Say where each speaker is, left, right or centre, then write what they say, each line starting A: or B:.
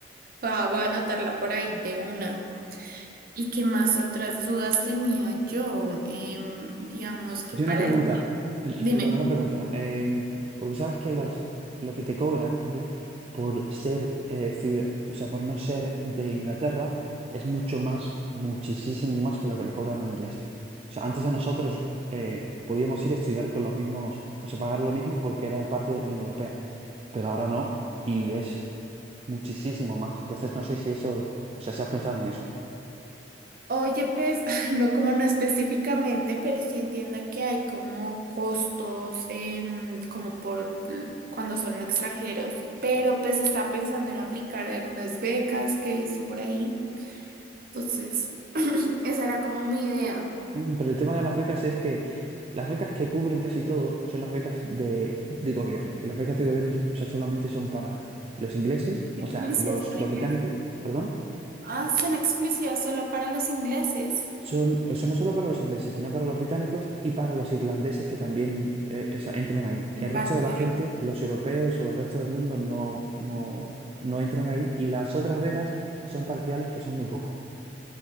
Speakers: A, on the right (about 55°); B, on the right (about 35°).
A: Va, va a anotarla por ahí de una. ¿Y qué más otras dudas tenía yo? Em, digamos que
B: Yo
A: para
B: una pregunta,
A: el...
B: eh,
A: Dime.
B: perdón, una pregunta, eh, porque sabes que los, lo que te cobran, ¿vale? Por ser, eh, cida- o sea, por no ser de Inglaterra, es mucho más, muchísimo más que lo que le cobran a un inglés. O sea, antes a nosotros eh, podíamos ir a estudiar con los mismos, o sea, pagar lo mismo porque era parte de la Unión Europea, pero ahora no, y es muchísimo más. Entonces, no sé si eso, o sea, si has pensado en eso.
A: Oye, pues, <laughs> no como no específicamente, pero sí entiendo que hay como costos, em, como por l- cuando son extranjeros, pero pues estaba pensando en aplicar algunas becas que he visto por ahí. Entonces, <clears throat> esa era como mi idea.
B: Mm, Pero el tema de las becas es que las becas que cubren casi todo son las becas de, de gobierno. Y las becas de gobierno o sea, solamente son para los ingleses, o
A: Exclusivas
B: sea, los,
A: para
B: los
A: ingleses.
B: británicos, perdón.
A: Ah, son exclusivas solo para los ingleses.
B: Son, eso no solo para los ingleses, sino para los británicos y para los irlandeses que también eh, o sea, entran ahí.
A: En
B: El resto
A: parte.
B: de la gente, los europeos o el resto del mundo, no, no, no entran ahí. Y las otras becas son parciales que son muy poco.